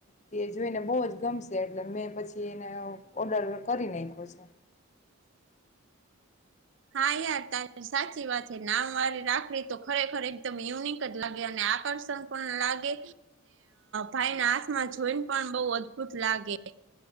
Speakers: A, on the left; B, on the right.
A: તે જોઈને બહુ જ ગમ શે એટલે મેં પછી એને ઓર્ડર કરી નાખ્યો છે.
B: <inaudible> હા યાર તારી સાચી વાત નામ વારી રાખડી તો ખરેખર એકદમ યુનિક જ લાગે અને આકર્ષણ પણ લાગે ભાઈને હાથમાં જોઈને પણ બઉ અદભુત લાગે.